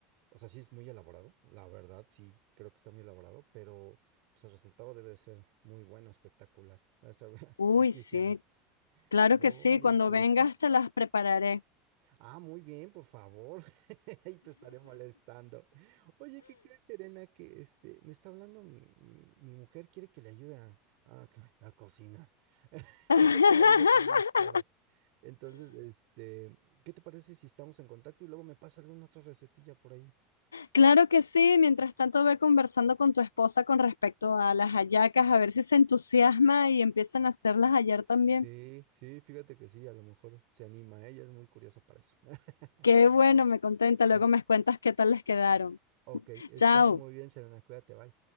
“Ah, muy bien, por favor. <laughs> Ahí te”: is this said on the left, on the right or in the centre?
Right